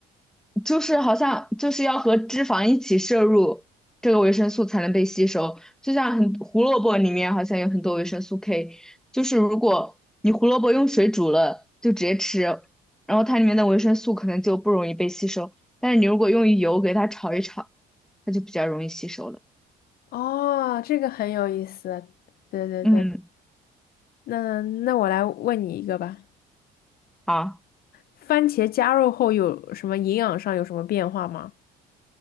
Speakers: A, in the centre; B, on the left (about 60°).
A: 就是好像就是要和脂肪一起摄入这个维生素才能被吸收，就像很胡萝卜里面好像有很多维生素 K，就是如果你胡萝卜用水煮了就直接吃，然后它里面的维生素可能就不容易被吸收，但是你如果用油给它炒一炒，它就比较容易吸收了。
B: 哦，这个很有意思。对对对，
A: 嗯，
B: 那那我来问你一个吧。
A: 好，
B: 番茄加热后有什么营养上有什么变化吗